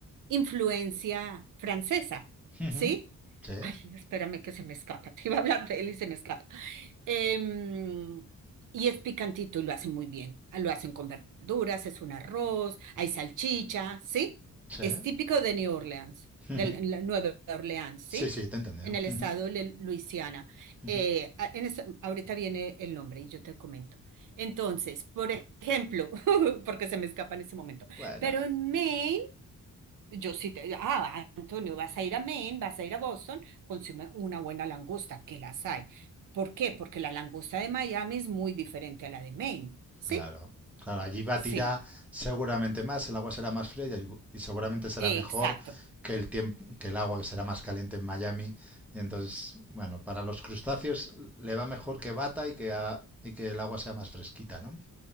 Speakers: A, on the right; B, in the centre.
A: influencia francesa,
B: Ujú.
A: ¿sí?
B: Sí,
A: Ay, espérame que se me escapa, <laughs> te iba a hablar de él y se me escapa. Em, y es picantito y lo hacen muy bien. Ah, Lo hacen con verduras, es un arroz, hay salchicha, ¿sí?
B: sí.
A: Es típico de New Orleans, de
B: Ujú.
A: la- la Nueva Orleans, ¿sí?
B: Sí, sí, te he entendido.
A: En el estado
B: Ujú,
A: de Luisiana.
B: ujú.
A: Eh, a- en esa- ahorita viene el nombre y yo te comento. Entonces, por ejemplo, <laughs> porque se me escapa en este momento,
B: Bueno,
A: pero en Maine yo sí te, ah, Antonio, vas a ir a Maine, vas a ir a Boston, consume una buena langosta, que las hay. ¿Por qué? Porque la langosta de Miami es muy diferente a la de Maine, ¿sí?
B: Claro, claro, allí va a
A: Sí,
B: tirar seguramente más, el agua será más fría y, y seguramente será
A: eh,
B: mejor
A: exacto,
B: que el tiemp- que el agua que será más caliente en Miami. Y entonces, bueno, para los crustáceos le va mejor que bata y que, a- y que el agua sea más fresquita, ¿no?